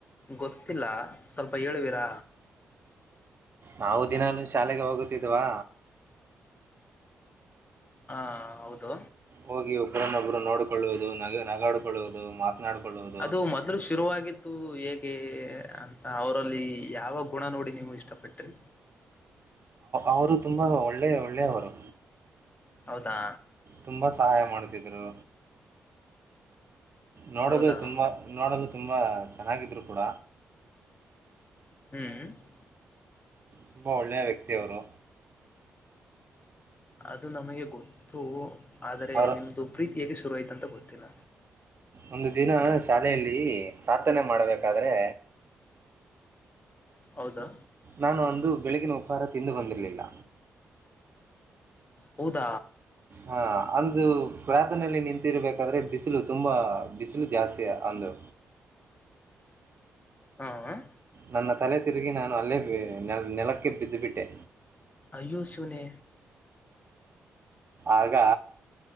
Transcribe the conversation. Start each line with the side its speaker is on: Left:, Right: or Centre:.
Left: ಗೊತ್ತಿಲ್ಲ ಸ್ವಲ್ಪ ಹೇಳುವೀರಾ
Right: ನಾವು ದಿನಲುೂ ಶಾಲೆಗೆ ಹೋಗುತ್ತಿದ್ವಾ
Left: ಹಾ ಹೌದು
Right: ಹೋಗಿ ಒಬ್ಬ್ರನ್ನೊಬ್ಬರು ನೋಡಿಕೊಳ್ಳುವುದು ನ ನಗಾಡಿಕೊಳ್ಳುವುದು ಮಾತ್ರ ಮತನಾಡುಕೊಳ್ಳುವುದು
Left: ಅದು ಮೊದ್ಲು ಶುರುವಾಗಿ ದ್ದು ಹೇಗೆ ಅಂತ ಅವರಲ್ಲಿ ಯಾವ ಗುಣ ನೋಡಿ ನೀವು ಇಷ್ಟಪಟ್ರಿ
Right: ಅವರು ತುಂಬಾ ಒಳ್ಳೆ ಒಳ್ಳೆ ಅವರು
Left: ಹೌದಾ
Right: ತುಂಬಾ ಸಹಾಯ ಮಾಡ್ತಿದ್ರು ನೋಡಲು
Left: ಹೌದಾ
Right: ತುಂಬಾ ನೋಡಲು ತುಂಬಾ ಚೆನ್ನಾಗಿದ್ರು ಕೂಡ
Left: ಹ್ಮ್
Right: ತುಂಬಾ ಒಳ್ಳೆಯ ವ್ಯಕ್ತಿ ಅವರು
Left: ಅದು ನಮಗೆ ಗೊತ್ತು ಆದ್ರೆ
Right: ಅವರ
Left: ನಿಮ್ದು ಪ್ರೀತಿ ಹೇಗೆ ಶುರುವಾಯ್ತ ಅಂತ ಗೊತ್ತಿಲ್ಲ
Right: ಒಂದು ದಿನ ಶಾಲೆಯಲ್ಲಿ ಪ್ರಾರ್ಥನೆ ಮಾಡಬೇಕಾದ್ರೆ
Left: ಹೌದಾ
Right: ನಾನು ಅಂದು ಬೆಳಗಿನ ಉಪಹಾರ ತಿಂದು ಬಂದಿರಲಿಲ್ಲ
Left: ಹೌದ
Right: ಹಾ ಅಂದು ಪ್ರಾರರ್ತನೆಯಲ್ಲಿ ನಿಂತಿರ್ಬೇಕಾದ್ರೆ ಬಿಸಿಲು ತುಂಬಾ ಬಿಸಿಲು ಜಾಸ್ತಿ ಅಂದು
Left: ಹ್ಮ್
Right: ನನ್ನ ತಲೆ ತಿರುಗಿ ನಾನು ಅಲ್ಲೇೆ ನೆಲಕ್ಕೆ ಬಿದ್ದುಬಿಟ್ಟೆ
Left: ಅಯ್ಯು ಶಿವನೇ
Right: ಆಗ